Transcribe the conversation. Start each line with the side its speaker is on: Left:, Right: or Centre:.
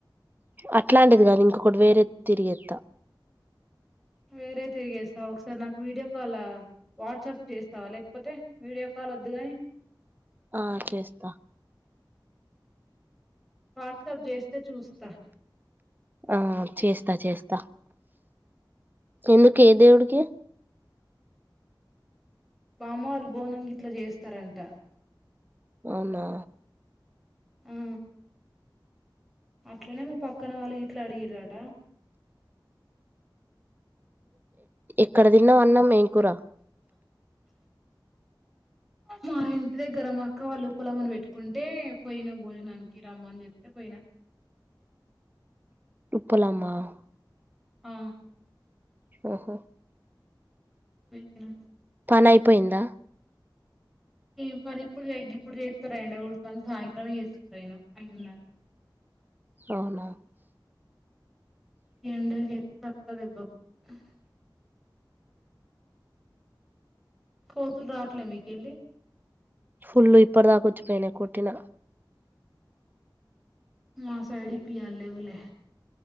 Right: అట్లాంటిది కాదు ఇంకొకటి వేరే తిరిగేత్త
Centre: వేరే తిరిగేస్తావా ఒకసారి నాకు వీడియో కాల్ వాట్సాప్ చేస్తావ లేకపోతే వీడియో కా కాల్ వద్దు గాని
Right: ఆ చేస్త
Centre: వాట్సాప్ చేస్తే చూస్త
Right: ఆ చేస్త చేస్త ఎందుకు ఏ దేవుడికి
Centre: మా అమ్మ వాళ్ళు బోనంగిట్లా చేస్తారంట
Right: అవునా
Centre: హు అట్లనే మా పక్కన వాళ్ళు ఇట్లా అడిగిరాట
Right: ఎక్కడ తిన్నావ్ అన్నాం ఏ కూర
Centre: మా ఇంటి దగ్గర మా అక్క వాళ్ళు ఉ పలమని పెట్టుకుంటే పోయిన భోజనానికి రమ్మని చెప్తే పోయిన
Right: <unintelligible>
Centre: ఆ
Right: ఒహో
Centre: వజిన
Right: పని అయిపోయిందా
Centre: ఏం పని ఇప్పుడు ఇప్పుడు చేస్తారూ అడి కాళ సాయంత్రం చేసుకుంటాను ఐదున్నరకు
Right: అవునా
Centre: <unintelligible> కోతులు రాట్లే మీకెళ్ళి
Right: ఫుల్లు ఇప్పటి దాకొచ్చిపోయినాయి కొట్టిన
Centre: మా సైడ్ ఇప్పుడు యాడ లేవులే